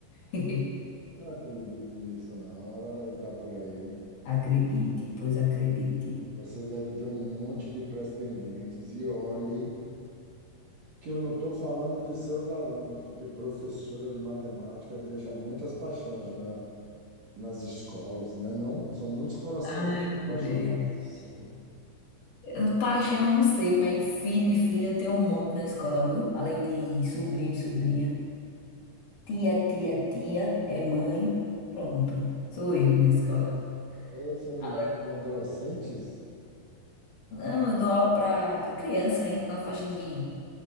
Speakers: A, on the left (about 65°); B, on the right (about 55°).
A: <laughs>
B: Não acredito nisso, não. Ela deve estar por aí.
A: Acredite, pois acredite.
B: Você deve ter um monte de pretendentes. E olhe que eu não estou falando de seus alunos, porque professora de matemática deixa muitas paixões na- nas escolas, né? Não, são muitos corações
A: Ai,
B: apaixonados.
A: meu Deus. Eu- Paixão, não sei, mas filho e filha eu tenho um monte na escola, viu? Além de sobrinho e sobrinha. Tia, tia, tia, é mãe. Pronto, sou eu na escola.
B: É, são
A: Agora,
B: adolescentes,
A: não, eu dou aula para criança ainda, na faixa de